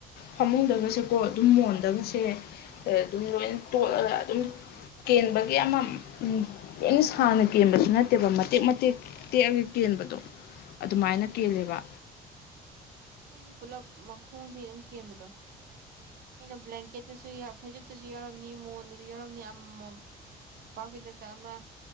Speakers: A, on the left; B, on the right.
A: ꯐꯃꯨꯡꯗꯒꯁꯦꯀꯣ ꯑꯗꯨꯝ ꯃꯣ ꯃꯣꯟꯗꯒꯁꯦ ꯑꯗꯨꯝ ꯂꯣꯏꯅ ꯇꯣꯠꯂꯒ ꯑꯗꯨꯝ ꯀꯦꯟꯕꯒꯤ ꯑꯃ ꯎꯝ ꯂꯣꯢꯅ ꯁꯥꯡꯅ ꯀꯦꯟꯕꯁꯨ ꯅꯠꯇꯦꯕ ꯃꯇꯦꯛ ꯃꯇꯦꯛ ꯇꯦꯛꯑꯒ ꯀꯦꯟ ꯍꯦꯟꯕꯗꯣ ꯑꯗꯨꯃꯥꯏꯅ
B: ꯎꯝ
A: ꯀꯦꯜꯂꯦꯕ
B: ꯑꯩꯗꯤ ꯄꯨꯂꯜꯞ ꯃꯈꯣꯡꯗꯩ ꯑꯗꯨꯝ ꯀꯦꯟꯕꯗꯣ ꯑꯩꯅ ꯕ꯭ꯂꯦꯡꯀꯦꯠꯇꯨꯁꯨ ꯌꯥꯎ ꯐꯩꯖꯨꯞꯇꯨꯁꯨ ꯌꯥꯎꯔꯝꯅꯤ ꯃꯣꯟꯗꯁꯨ ꯌꯥꯎꯔꯝꯅꯤ ꯑꯃꯃꯝ ꯃꯣꯝꯄꯥꯛꯐꯤꯗꯛꯇ ꯑꯃ